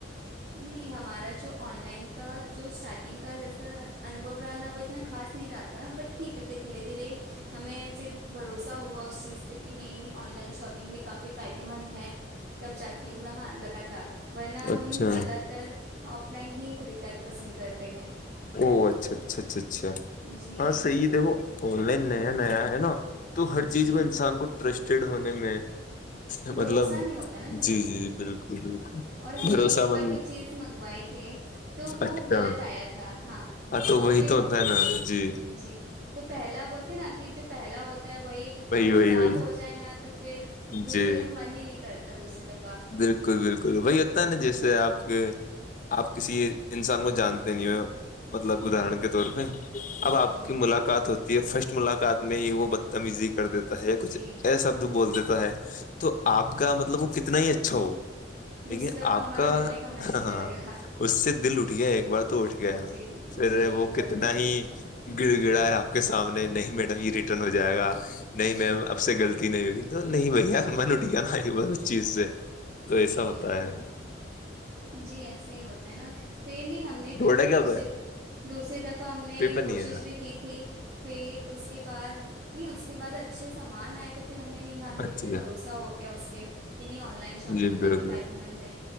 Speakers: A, on the right; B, on the left.
A: نہیں ہمارا جو آن لائن کا جو اسٹارٹنگ کا جیسا انبو رہا نا وہ اتنا خاص نہیں رہاتا بٹ ٹھیک ہے پھر دھیرے دھیرے ہمیں پھر بھروسہ ہوا اس چیز کہ نہیں آن لائن شاپنگ بھی کافی فائدے مند ہے تب جا کے تھوڑا ہاں لگا تھا ورنہ
B: اچھا
A: ہم زیادہ تو آف لائن ہی خریداری پسند کرتے ہیں
B: او اچھا اچھا اچھا اچھا
A: جی
B: ہاں
A: کیونکہ-
B: صحیح ہے دیکھو آن لائن نیا نیا ہے نا تو ہر چیز
A: جی
B: کو انسان کو ٹرسٹیڈ ہونے میں
A: بھروسہ
B: مطلب
A: نہیں ہوتا نا جلدی
B: جی جی جی بالکل بالکل
A: اور ہم نے
B: بھروسہ
A: ایک
B: مند
A: بار کوئی چیز منگوائے تھے تو وہ
B: اچھا
A: غلط آیا تھا ہاں
B: تو
A: اور
B: وہی
A: پھر
B: تو ہوتا ہے نا جی
A: جی تو پہلا بولتے نا کہ جو پہلا ہوتا ہے وہی اگر
B: وہی
A: خراب
B: وہی
A: ہو جائے نا تو پھر دوسرے
B: جی
A: کا من ہی نہیں کرتا دوسری دفعہ
B: بالکل بالکل وہی ہوتا ہے نا جیسے آپ کے آپ کسی انسان کو جان د مطلب
A: جی
B: ادارن کے طور پہ اب
A: جی
B: آپ
A: جی
B: کی ملاقات ہوتی فرسٹ ملاقات میں ہی وہ بدتمیزی کر دیتا ہے یا کچھ
A: جی
B: ایسا شبد بول دیتا ہے تو آپ کا مطلب وہ کتنا ہی اچھا ہو لیکن
A: دوسری دفعہ
B: آپ
A: ہمارا
B: کا
A: ملنے من
B: ہ
A: نہیں کرے
B: ہاں
A: گا
B: اس سے دل اٹھ گیا ایک بار تو اٹھ گیا
A: جی
B: پھر
A: جی بالکل
B: وہ کتنا نہیں گڑ گڑا یا آپ کے سامنے نہیں میڈم یہ ریٹرن ہو جائے گا نہیں
A: جی
B: میم اب سے غلطی نہیں ہوگی تو نہیں بھیا من اٹھیا ن ب اس چیز سے تو ایسا
A: جی
B: ہوتا
A: بالکل
B: ہے
A: جی ایسا ہی ہوتا ہے نا پ نہیں ہم پھر
B: ڈوڈا
A: بھی
B: کیا
A: دوسری
B: ہوتا ہے
A: دوسری دفعہ ہم نے
B: پیپر نہیں
A: کوشش
B: ہے
A: بھی کی تھی پھر اس کے بعد نہیں اس کے بعد اچھے سامان آئے تو پھر ہمیں نہیں یہاں دھیرے
B: اچھا
A: دھیرے بھروسہ ہو گیا اس کے کہ نہیں آن لائن شاپنگ
B: جی
A: میں
B: بالکل
A: کافی فائدے مند ہے